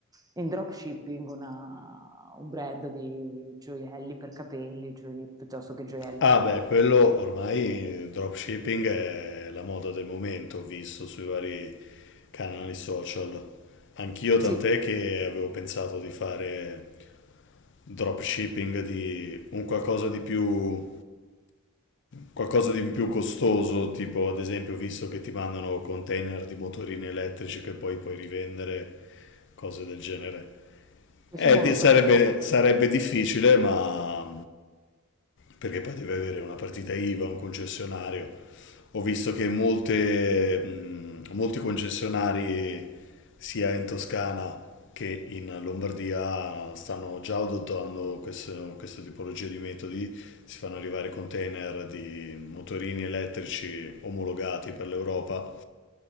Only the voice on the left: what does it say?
Ah
beh, quello ormai dropshipping è la moda del momento, ho visto sui vari canali social. Anch'io tant'è
che avevo pensato di fare dropshipping di un qualcosa di più qualcosa di più costoso, tipo ad esempio ho visto che ti mandano container di motorini elettrici che poi puoi rivendere, cose del genere.
Eh,
di-
sarebbe, sarebbe difficile, ma perché poi deve avere una partita IVA, un concessionario. Ho visto che molte, mh, molti concessionari, sia in Toscana che in Lombardia, stanno già adottando questo- questa tipologia di metodi. Si fanno arrivare container di motorini elettrici omologati per l'Europa